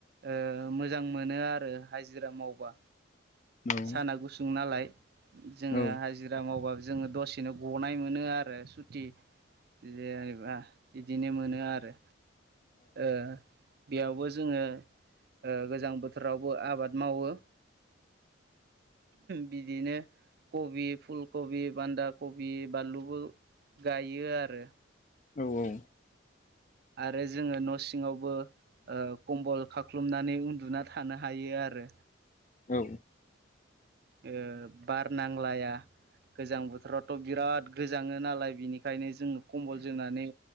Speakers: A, on the right; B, on the left.
A: ओ मोजां मोनो आरो हाजिरा मावबा
B: उम
A: साना गुसुं नालाय जोङो
B: औ
A: हाजिरा मावबा जोङो दसेनो ग'नाय मोनो आरो सुति जेनेबा बिदिनो मोनो आरो ओ बेयावबो जोङो ओ गोजां बोथोरावबो आबाद मावो बिदिनो कबि, फुलकबि, बान्दा कबि बानलुबो गायो आरो
B: औ औ
A: आरो जोङो न' सिङावबो ओ कम्बल खाख्लुमनानै उन्दुना थानो हायो आरो
B: औ
A: ओ बार नांलाया गोजां बोथोरावथ' बिराद गोजाङो नालाय बिनिखायनो जोङो कम्बल जोंनानै